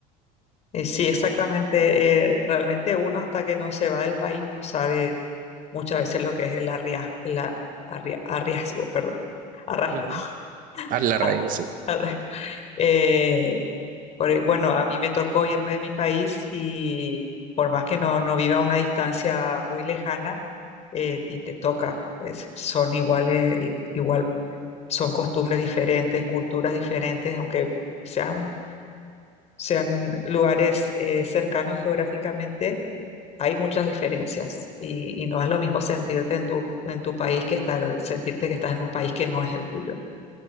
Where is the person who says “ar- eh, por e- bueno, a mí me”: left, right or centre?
Left